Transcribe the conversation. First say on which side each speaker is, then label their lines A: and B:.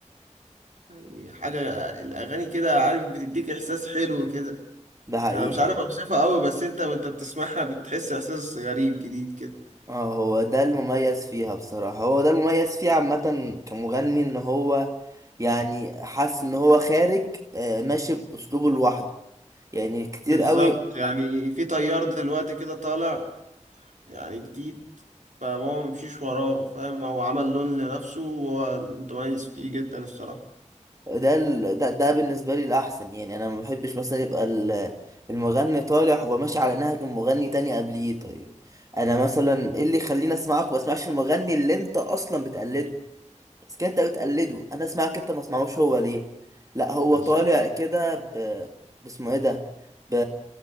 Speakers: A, on the right (about 80°); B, on the right (about 25°).
A: يعني حاجة الأغاني كده عارف بتديك إحساس حلو كده
B: ده حقيقي
A: أنا مش عارف
B: يعني.
A: أوصفها أوي بس انت وانت بتسمعها بتحس إحساس غريب جديد كده
B: اه هو ده المميز فيها بصراحة هو ده المميز فيه عامة كمغني ان هو يعني حاسس ان هو خارج آه، ماشي باسلوبه لوحده يعني كتير
A: بالظبط
B: قوي
A: يعني في تيار دلوقتي كده طالع يعني جديد فهو ممشيش وراه فاهم هو عمل لون لنفسه وهو متميز فيه جدا الصراحة
B: ده ال... ده, ده بالنسبة لي الاحسن يعني انا ما بحبش مثلا يبقى ال- المغني طالع هو ماشي على نهج مغني تاني قبليه طيب انا مثلا ايه اللي يخليني اسمعك وما اسمعش المغني اللي انت اصلا بتقلده بس كده انت بتقلده انا اسمعك انت ما اسمعوش هو ليه لا هو
A: بالظبط
B: طالع كده ب... باسمه ايه ده ب...